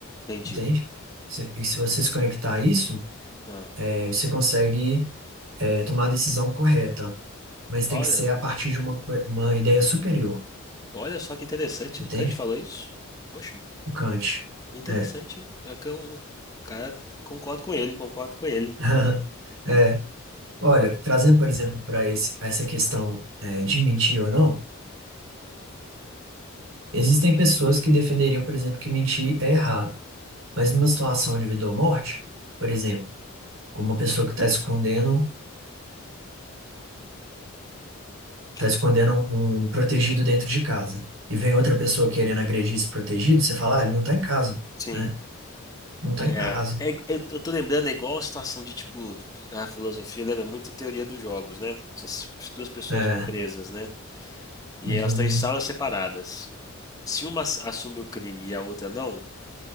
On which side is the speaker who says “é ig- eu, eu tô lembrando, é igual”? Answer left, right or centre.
Left